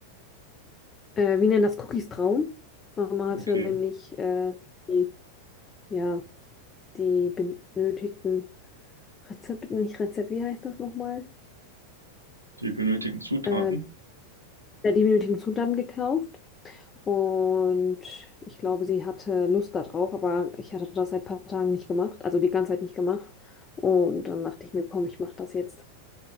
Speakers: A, on the left; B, on the right.
A: Äh, wir nennen das Cookies Traum. Mama hatte
B: Okay,
A: nämlich äh, die, ja, die benötigten Rezepte, nicht Rezept, wie heißt das nochmal?
B: die benötigten Zutaten.
A: Ähm, der die benötigten Zutaten gekauft und ich glaube, sie hatte Lust darauf, aber ich hatte das seit ein paar Tagen nicht gemacht, also die ganze Zeit nicht gemacht. Und dann dachte ich mir, komm, ich mache das jetzt.